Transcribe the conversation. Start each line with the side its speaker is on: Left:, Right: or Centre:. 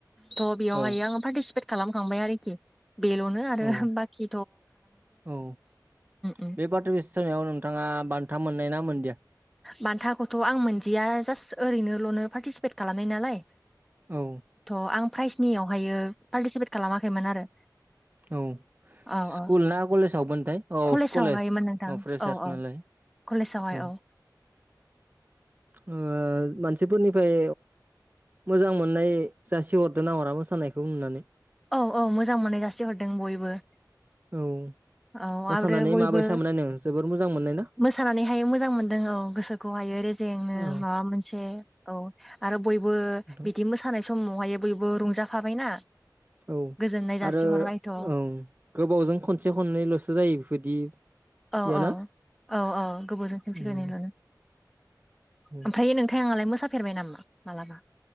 Centre: थ' बेयावहाय
Right: औ
Centre: आङो पार्टिसिपे ट खालामखांबाय आरोखि बेल'नो आरो
Right: औ
Centre: बाखि
Right: औ
Centre: उम
Right: बे बाथ' बिस सायाव नोंथाङा बान्था मोननाय ना मोनदिया
Centre: बानथाखौथ' आं मोनदिया जास्ट ओरैनोल'नो पार्टिसिपेट खालामनाय नालाय
Right: औ
Centre: थ' आं प्राइजनियावहायो पार्टिसिपेट खालामाखैमोन आरो
Right: औ
Centre: औ
Right: स्कुल
Centre: औ
Right: ना कलेजावमोनथाय औ
Centre: कलेजावहायमोन
Right: कलेज
Centre: नोंथां
Right: औ प्रेसास
Centre: औ
Right: नालाय
Centre: कलेजावहाय
Right: उम,
Centre: औ
Right: ओ मानसिफोरनिफ्राय मोजां मोननाय जासि हरदोना हरा मोसानायखौ नुनानै
Centre: औ औ मोजां मोननाय जासिहरदों बयबो
Right: औ
Centre: औ
Right: मोसानानै
Centre: आरो बयबो
Right: माबायसा मोननाय नों जोबोर मोजां मोननाय ना
Centre: मोसानानैहाय मोजां मोनदों औ गोसोखौहायो रेजेंनो
Right: औ
Centre: माबा मोनसे औ आरो बयबो
Right: नोंथां।
Centre: बिदि मोसानाय समावहाय बयबो रंजाफाबायना
Right: औ
Centre: गोजोननाय जासिहरबायथ'
Right: आरो औ गोबावजों खनसे खननैल'सो जायो बेबायदि
Centre: औ
Right: याना
Centre: औ औ औ गोबावजों खनसे
Right: उम
Centre: खननै ल'नो
Right: उम
Centre: ओमफ्रायो नोंथाङालाय मोसाफेरबाय नामा मालाबा